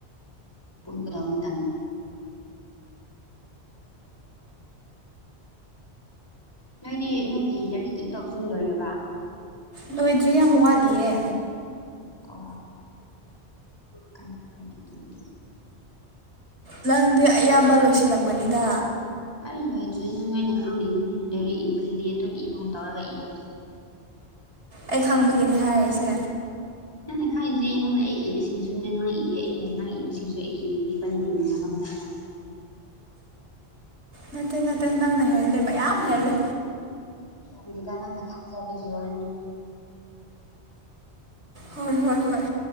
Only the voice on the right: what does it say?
ꯂꯣꯏꯗ꯭ꯔꯤ ꯌꯥꯝꯨ ꯋꯥꯠꯂꯤꯌꯦ
ꯅꯪꯗꯤ ꯑꯌꯥꯝꯕ ꯂꯣꯏꯁꯤꯜꯂꯝꯒꯅꯤꯗ
ꯑꯩ ꯈꯪꯕꯒꯤꯅꯦ ꯍꯥꯏꯔꯛꯏꯁꯦ
ꯅꯠꯇꯦ ꯅꯠꯇꯦ ꯅꯪꯅ ꯍꯦꯜꯂꯦ ꯃꯌꯥꯝ ꯍꯦꯜꯂꯦ
ꯍꯣꯏ ꯍꯣꯏ ꯍꯣꯏ